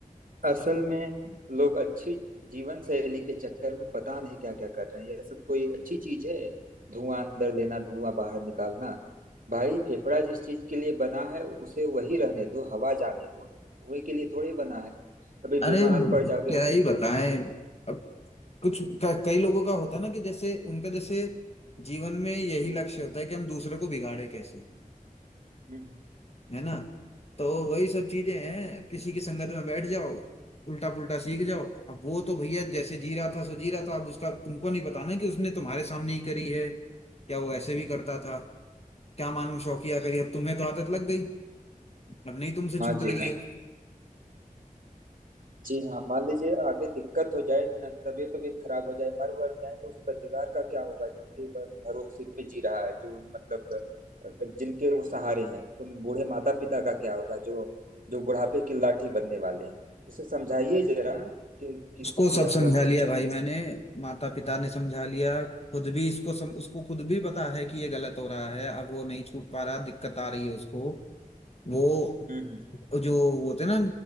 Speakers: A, on the right; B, on the left.
A: असल में लोग अच्छी जीवन शैली के चक्कर में पता नहीं क्या क्या कर रहे हैं यह सब कोई अच्छी चीज है धुआं अंदर लेना धुआं बाहर निकालना भाई फेफड़ा जिस चीज के लिए बना है उसे वही रहने दो हवा जाने दो धुएं के लिए थोड़े बना है अभी बीमार
B: अरे
A: पड़ जाओगे
B: क्या ही बताएं अब कुछ क- कई लोगों का होता है ना कि जैसे उनका जैसे जीवन में यही
A: हम्म,
B: लक्ष्य होता है कि हम दूसरे को बिगाड़े कैसे
A: हम्म।
B: है ना तो वही सब चीजें हैं किसी की संगत में बैठ जाओ उल्टा पुल्टा सीख जाओ अब वो तो भैया जैसे जी रहा था सो जी रहा था अब उसका तुमको नहीं पता ना कि उसने तुम्हारे सामने ही करी है या वो ऐसे भी करता था क्या मालूम शौकिया करी अब तुम्हें तो आदत लग गई अब नहीं तुमसे
A: हाँ
B: छूट
A: जी
B: रही
A: हाँ।
B: है
A: जी हाँ मान लीजिए आगे दिक्कत हो जाए ना तबीयत तबीयत खराब हो जाए मर वर जाए तो उस परिवार का क्या होगा जो उनके भ- भरोसे पे जी रहा है जो मतलब अ, जिनके वो सहारे हैं उन बूढ़े माता पिता का क्या होगा जो जो बुढ़ापे की लाठी बनने वाले हैं उसे समझाइए जरा कि किस
B: उसको
A: यह
B: सब
A: वो
B: समझा
A: किस
B: लिया भाई मैंने माता पिता ने समझा लिया खुद भी इसको सम, उसको खुद भी पता है कि ये गलत हो रहा है अब वो नहीं छूट पा रहा दिक्कत आ रही है उसको वो
A: हम्म
B: जो वो होते ना